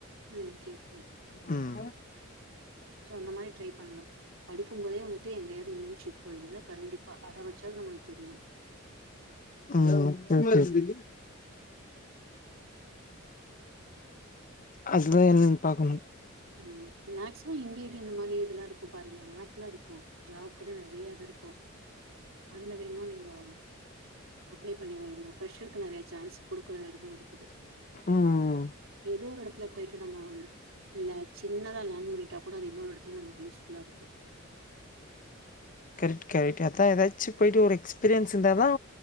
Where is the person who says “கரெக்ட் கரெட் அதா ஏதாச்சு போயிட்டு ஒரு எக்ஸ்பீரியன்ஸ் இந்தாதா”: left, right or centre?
Left